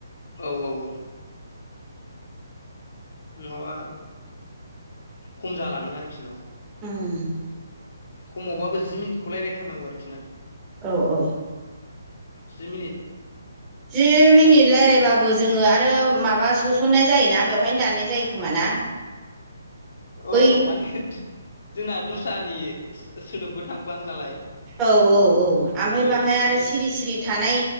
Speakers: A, on the left; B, on the right.
A: औ औ औ। नङाबा खम जालाङो आरोखि ना।
B: <unintelligible>
A: खमावबाबो जि मिनिटखौ रायज्लायथारनांगौ आरोखि ना।
B: औ औ।
A: जिमिनिट
B: जि मिनिट रायलायबाबो जोङो आरो माबा होसननाय जायोना बेवहायनो दाननाय जायो खोमा ना? बै
A: औ माने जोंना दस्रानि सोदोबबो थांफ्लाङो नालाय।
B: औ औ औ ओमफ्राय
A: औ
B: बाहाय आरो
A: माने
B: सिरि सिरि थानाय